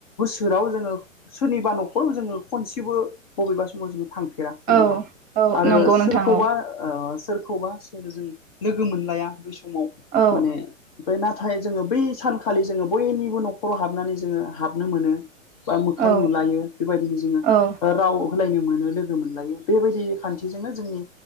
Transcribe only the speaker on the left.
सोराव जोङो सोरनिबा न'खराव जोङो खनसेबो बबेबा समाव जोङो थांफेरा सोरनावबा
आरो
सोरखौबा
ओ सोरखौबा सोरजों लोगो मोनलाया बै समाव
माने ओमफ्राय नाथाय नाथाय जोङो बै सानखालि जोङो बयनिबो न'खराव हाबनानै जोङो हाबनो मोनो। बा मोखां
नुलायो बेबायदिनो जोङो
राव होलायनो मोनो लोगो मोनलायो बेबायदि खान्थिजोंनो जोंनि